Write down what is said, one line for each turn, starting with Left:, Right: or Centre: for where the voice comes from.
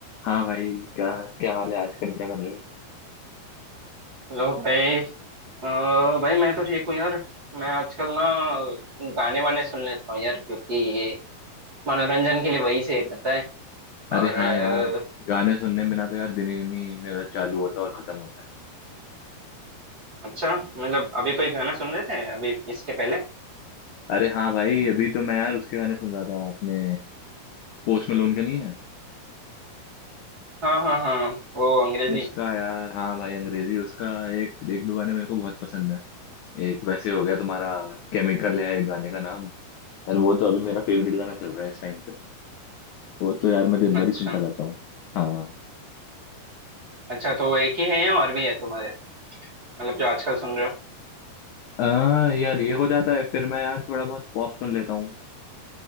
Left: हाँ भाई क्या क्या हाल है आजकल क्या कर रहे हो
Right: Hello भाई अ, भाई मैं तो ठीक हूँ यार मैं आजकल ना गाने वाने सुन लेता हूँ यार क्योंकि ये मनोरंजन के लिए वही सही रहता है और
Left: अरे
Right: अ,
Left: हाँ यार गाने सुनने बिना तो यार दिन ही नहीं मेरा चालू होता और खत्म होता है
Right: अच्छा मतलब अभी
Left: भाई।
Right: कोई गाना सुन रहे थे अभी इसके पहले
Left: अरे हाँ भाई अभी तो मैं यार उसके गाने सुन रहा था अपने पोस्ट मलोन के नहीं है
Right: हाँ हाँ हाँ वो अंग्रेजी
Left: उसका यार हाँ भाई अंग्रेजी उसका एक एक दो गाने मेरे को बहुत पसंद है एक वैसे हो गया तुम्हारा केमिकल है गाने का नाम यार वो तो अभी मेरा फेवरेट गाना चल रहा है इस टाइम पे वो तो यार मैं दिन
Right: अच्छा
Left: भर ही सुनता रहता हूँ हाँ
Right: अच्छा तो वो एक ही है या और भी है तुम्हारे मतलब जो आजकल सुन रहे हो
Left: आ, यार ये हो जाता है फिर मैं यार थोड़ा बहुत पॉप सुन लेता हूँ